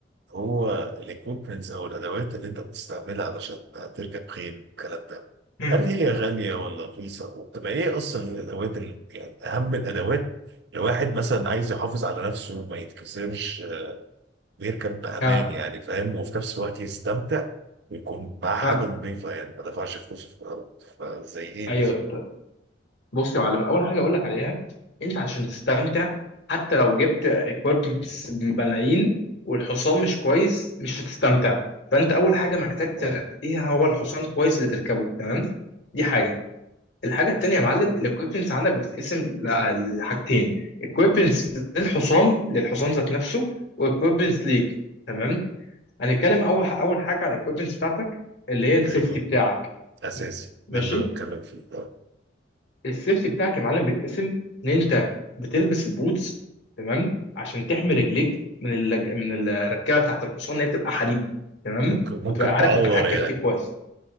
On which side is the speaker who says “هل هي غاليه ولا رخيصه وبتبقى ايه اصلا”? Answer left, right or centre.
Right